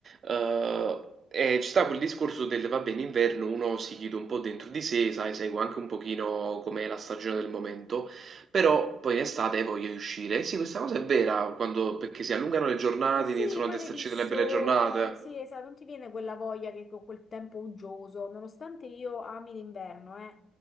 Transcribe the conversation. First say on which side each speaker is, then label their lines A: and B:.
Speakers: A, on the right (about 45°); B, on the left (about 45°).
A: eh, eh, ci sta quel discorso del, vabbè, in inverno uno si chiude un po' dentro di sé, sai, segue anche un pochino com'è la stagione del momento, però poi in estate voglio di uscire. Sì, questa cosa è vera, quando, perché si allungano le giornate,
B: Ma sì,
A: iniziano
B: poi
A: ad esserci
B: vedi il sole,
A: delle belle giornate.
B: sì, esatto, non ti viene quella voglia che con quel tempo uggioso, nonostante io ami l'inverno, eh,